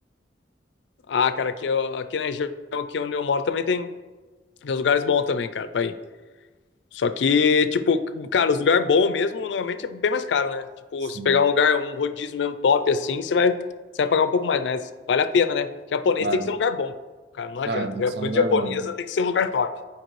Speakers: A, on the left; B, on the right.
A: Ah, cara, aqui, eu- aqui na região aqui onde eu moro também tem, tem uns lugares bons também, cara, pra ir. Só que, tipo, cara, os lugar bom mesmo, normalmente é bem mais caro, né? Tipo,
B: Sim,
A: se pegar um lugar, um rodízio mesmo top assim, você vai, você vai pagar um pouco mais, mas vale a pena, né? Japonês
B: vale.
A: tem que ser um lugar bom, cara, não adianta.
B: Não, é, tem que ser
A: Comida
B: um lugar
A: japonesa
B: bom. né?
A: tem que ser um lugar top.